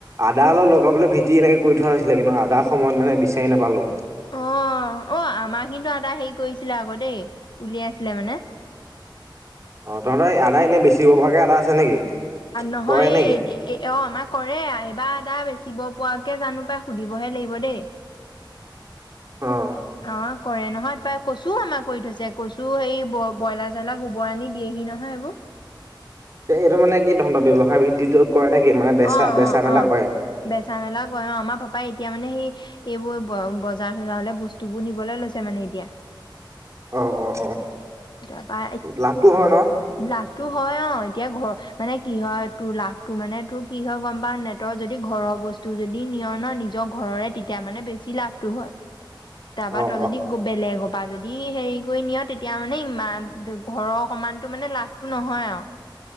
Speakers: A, on the right; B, on the left.
A: আদা অলপ লগাবলৈ ভেটি এনেকৈ কৰি থোৱা হৈছিলে কিন্তু আধা সময়ত মানে বিচাৰি নাপালোঁ।
B: অ', অ', আমাৰ কিন্তু আটা হেৰি কৰিছিলে আকৌ দেই উলিয়াই আছিলে মানে।
A: অ', তহঁতৰ আদা এনে বেছিব পৰাকৈ আদা আছে নেকি।
B: নহয়
A: কৰে নেকি
B: এই এ অ', আমাৰ কৰে এইবাৰ এটা বেচিব পৰাোৱকে জানো পাই সুধিবহে লাগিব দেই।
A: অ'।
B: অ', কৰে নহয় পাই কচুও আমাৰ কৰি থৈছে কচুও সেই ব্ৰইলাৰ চয়লাৰ গোবৰ আনি দিয়েহি নহয় এইবোৰ।
A: এইটো মানে কি ধৰৰ ব্যৱসায় ভিত্তিত কৰে নেকি মানে বেচা
B: অ',
A: বেচা
B: অ',
A: মেলা
B: অ',
A: কৰে।
B: বেচা মেলা কয় অ', আমাৰ পাপাই এতিয়া মানে সেই এইবোৰ বজাৰ চজাৰ হলে বস্তু বোৰ নিবলৈ লৈছে মানে এতিয়া।
A: অ অ অ
B: তাৰপা।
A: লাভটো হয় ন
B: লাভটো হয় অ', এতিয়া ঘৰ মানে কি হয় তোৰ লাভটো মানে তোৰ কি হয় গ'ম পাৱনে নাই যদি ঘৰৰ বস্তু যদি নিয় ন নিজৰ ঘৰৰে তেতিয়া মানে বেছি লাভটো হয়।
A: <inaudible>
B: তাৰপাৰ ত ই
A: অ
B: যদি বেলেগৰ পৰা যদি হেৰি কৰি নিয় তেতিয়া মানে ইমান ঘৰৰ সমানতো মানে লাভটো নহয় আৰু।